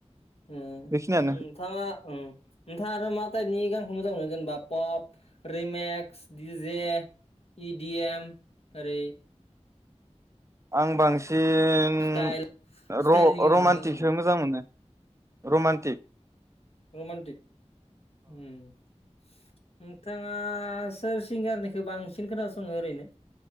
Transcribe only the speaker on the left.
ओम ओम
नोंथाङा नोंथाङा आरो मा टाइपनि गानखौ मोजां मोनो जेनेबा पप रिमेक्स डिजे इडिएम ओरै
स्टाइल स्टाइलनि
गानखौ मोनो
रमान्टिक नोंथाङा सोर सिंगारनिखौ बांसिन खोनासङो ओरैनो?